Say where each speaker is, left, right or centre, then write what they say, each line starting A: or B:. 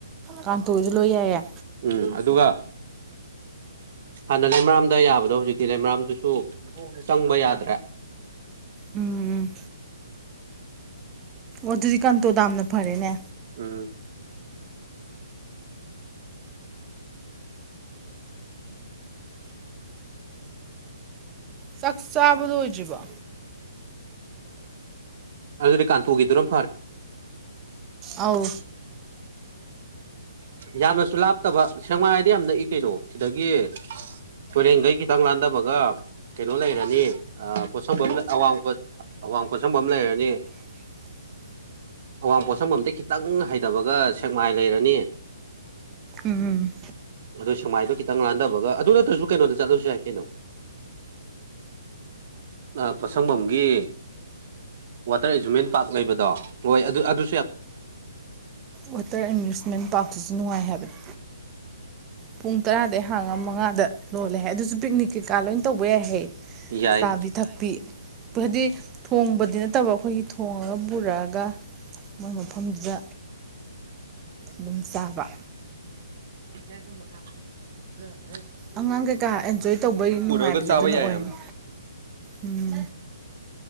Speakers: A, on the right; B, on the right.
A: ꯀꯥꯡꯇꯣꯁꯨ ꯂꯣꯏ ꯌꯥꯏꯌꯦ
B: ꯎꯝ ꯑꯗꯨꯒ ꯍꯥꯟꯅ ꯂꯩꯃꯔꯥꯝꯗ ꯌꯥꯕꯗꯣ ꯍꯧꯖꯤꯛꯇꯤ ꯂꯩꯃꯔꯥꯝꯗꯨꯁꯨ ꯆꯪꯕ ꯌꯥꯗ꯭ꯔꯦ
A: ꯎꯝ ꯑꯗꯨꯗꯤ ꯀꯟꯇꯣ ꯗꯥꯝꯅ ꯐꯔꯦꯅꯦ
B: ꯎꯝ
A: ꯆꯥꯛ ꯆꯥꯕꯥ ꯂꯣꯏꯗꯔꯤꯕꯣ
B: ꯑꯗꯨꯗꯤ ꯀꯟꯇꯣ ꯒꯤꯗꯨꯅ
A: ꯑꯧ
B: ꯌꯥꯝꯅꯁꯨ ꯂꯥꯞꯇꯕ ꯁꯦꯡꯃꯥꯏꯗꯤ ꯌꯥꯝ ꯅꯛꯏ ꯀꯩꯅꯣ ꯁꯤꯗꯒꯤ ꯀꯣꯏꯔꯦꯡꯒꯩ ꯈꯤꯇꯪ ꯂꯥꯟꯗꯕꯒ ꯀꯩꯅꯣ ꯂꯩꯔꯅꯤ ꯄꯣꯠꯁꯐꯝ ꯑꯋꯥꯡ ꯑꯋꯥꯡ ꯄꯣꯠꯁꯪꯐꯝ ꯂꯩꯔꯅꯤ
A: ꯎꯝ
B: ꯑꯋꯥꯡ ꯄꯣꯠꯁꯝꯕꯥꯝ ꯗꯩ ꯈꯤꯇꯪ ꯍꯥꯏꯊꯕꯒ ꯁꯦꯛꯃꯥꯏ ꯂꯩꯔꯅꯤ
A: ꯎꯝ
B: ꯑꯗꯣ ꯁꯦꯡꯃꯥꯏꯗꯣ ꯈꯤꯇꯪ ꯂꯥꯟꯊꯕꯒ ꯑꯗꯨ ꯅꯠꯇ꯭ꯔꯁꯨ ꯀꯩꯅꯣꯗ ꯆꯠꯂꯥꯁꯨ ꯌꯥꯏ ꯀꯩꯅꯣ ꯑ ꯄꯣꯠꯁꯪꯕꯥꯝ ꯒꯤ ꯋꯥꯇꯔ ꯑꯦꯖꯨꯃꯦꯟ ꯄꯥꯔꯛ ꯂꯩꯕꯗꯣ ꯍꯣꯏ ꯑꯗꯨ ꯑꯗꯨ
A: ꯋꯥꯇꯔ ꯑꯦꯃ꯭ꯌꯨꯁꯃꯦꯟ ꯄꯥꯔꯇꯨꯁꯨ ꯅꯨꯡꯉꯥꯏ ꯍꯥꯏꯕꯅꯤ ꯄꯨꯡ ꯇꯔꯥꯗꯩ ꯍꯥꯡꯉ ꯃꯉꯥꯗ ꯂꯣꯜꯂꯦ ꯍꯥꯏ ꯑꯗꯨꯁꯨ ꯄꯤꯛꯅꯤꯛ ꯀꯩꯀꯥ ꯂꯣꯏ ꯇꯧꯕ ꯌꯥꯏꯍꯦ
B: ꯌꯥꯏ
A: ꯆꯥꯕꯤ ꯊꯛꯄꯤ ꯍꯥꯏꯗꯤ ꯊꯣꯡꯕꯗꯤ ꯅꯠꯇꯕ ꯑꯩꯈꯣꯏꯒꯤ ꯊꯣꯡꯉꯒ ꯄꯨꯔꯛꯑꯒ ꯑꯗꯨ ꯃꯐꯝꯗꯨꯗ ꯑꯗꯨꯝ ꯆꯥꯕ
B: ꯑ ꯑꯗꯨ ꯃꯥ ꯎꯝ
A: ꯑꯉꯥꯡ ꯀꯩꯀꯥ ꯑꯦꯟꯖꯣꯏ ꯇꯧꯕꯩ ꯅꯨꯡꯉꯥꯏꯕꯗꯤ
B: ꯄꯨꯔꯒ ꯆꯥꯕ
A: ꯑꯗꯨꯅ
B: ꯌꯥꯏ
A: ꯑꯣꯏꯅꯤ
B: ꯌꯥꯝ
A: ꯎꯝ